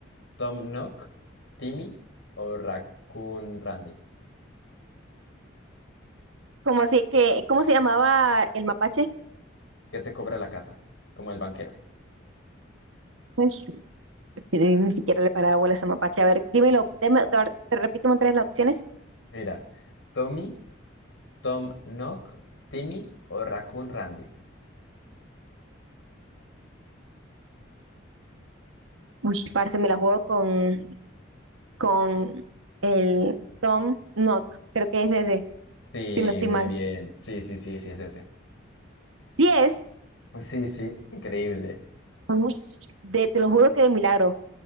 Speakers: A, on the left (about 85°); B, on the right (about 85°).
A: Tom Nook, Timmy o Raccoon Randy,
B: ¿Cómo así que, cómo se llamaba el mapache?
A: que te cobra la casa, como el banquero.
B: Ay, Yo ni ni siquiera le paraba bola a esa mapache. A ver, dímelo, deme- te, te repito otra vez las opciones.
A: Mira, Tommy, Tom Nook, Timmy o Raccoon Randy.
B: Uy, parce, me la juego con, con el Tom Nook. Creo que es ese,
A: Sí,
B: si no estoy
A: muy
B: mal.
A: bien. Sí, sí, sí, sí, es ese.
B: Si es,
A: Sí, sí, increíble.
B: uy, de, te lo juro que de milagro.